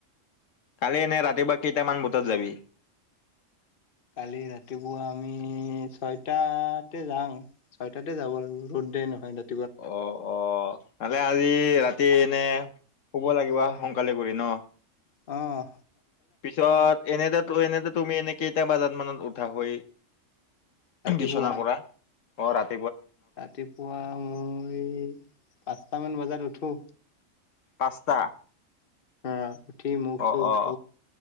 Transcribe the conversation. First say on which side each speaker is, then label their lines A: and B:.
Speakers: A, on the left; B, on the left.
A: কালি এনে ৰাতিপুৱা কেইটামান বুজাত যাবি
B: কালি ৰাতিপুৱা আমি ছয়টাতে যাওঁ ছয়টাতে যাব লাগিব ৰ'দ নহয় ন।
A: অ, অ, আজি ৰাতি এই এনে শুব লাগিব সোনকালে কৰি ন।
B: অহ,
A: পিছত এনেতে এনে তুমি এনে কেইটা বজাত মানত উঠা হৈ
B: ৰাতিপুৱা
A: বিচনাৰ পৰা অ, ৰাতি
B: ৰাতিপুৱা মই পাঁচটামান বজাত উঠো।
A: পাঁচটা
B: অ উঠি মুখ
A: অ
B: চুখ
A: অ